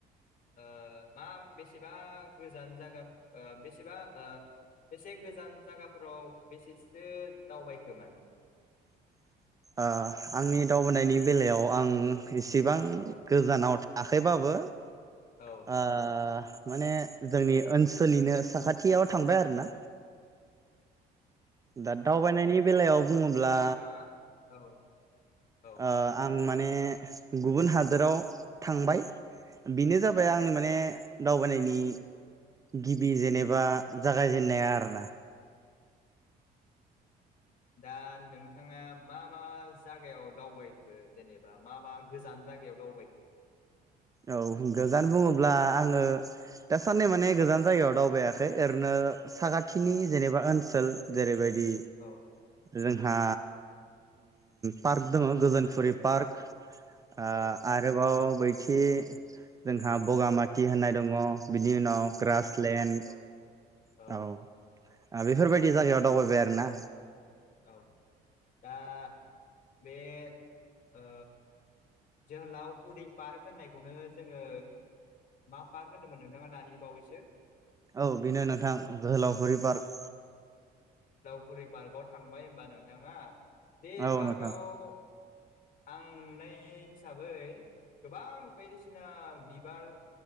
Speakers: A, on the left; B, on the right.
A: ओ मा बेसेबा गोजान जागा बेसेबा बेसे गोजान जायगाफोराव बेसेसो दावबायखो माने
B: ओ आंनि दावबोननि बेलायाव आं इसिबां
A: औ
B: गोजानाव थाखैबाबो <inaudible>
A: औ
B: आ माने जोंनि ओनसोलनिनो साखाथियाव थांबाय आरो ना। दा
A: औ
B: दावबायनायनि बेलायाव बुङोब्ला
A: मा मा औ औ
B: आ आं आं माने गुबुन हादोराव थांबाय बेनो जाबाय आंनि माने दावबायनायनि गिबि जेनेबा जागायजेनन्नाया आरोना।
A: दा नोंथाङा मा मा जायागायाव दावबायखो जेनेबा मा मा गोजान जायगायाव दावबायखो?
B: औ गोजान बुङोब्ला आङो दासाननै माने गोजान जायगायाव दावबायाखै ओरैनो साखाथिनि
A: औ
B: जेनेबा ओनसोल जेरैबायदि
A: औ
B: जों ओ पार्क दङ गोजोनफुरि पार्क आ
A: औ
B: आरोबाव बै खि जोंहा बगामाथि होननाय दङ। बिनि उनाव ग्रासलेण्ड
A: औ औ औ
B: औ बेफोरबायदि जायगायाव दावबायबाय आरोना।
A: औ दा बे ओ जोहोलावफुरि पार्क होननायखौनो जोङो मा पार्क होनदोंमोन नोंथाङा दानि बावैसो?
B: औ बेनो नोंथां जोहोलावफुरि पार्क
A: पुरि पार्काव थांबाय होनबा नोंथाङा बे
B: औ
A: पार्कआव
B: नोंथां
A: आं आं नुनाय हिसाबै गोबां बायदिसिना बिबार